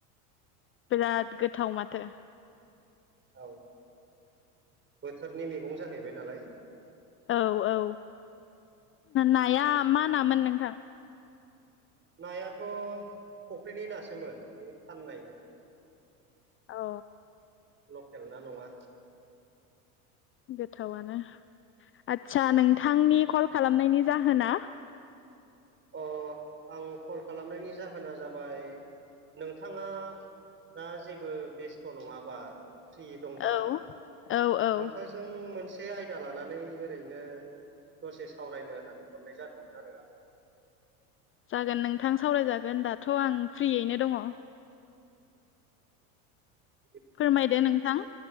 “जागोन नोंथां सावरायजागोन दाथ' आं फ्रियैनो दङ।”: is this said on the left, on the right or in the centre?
Left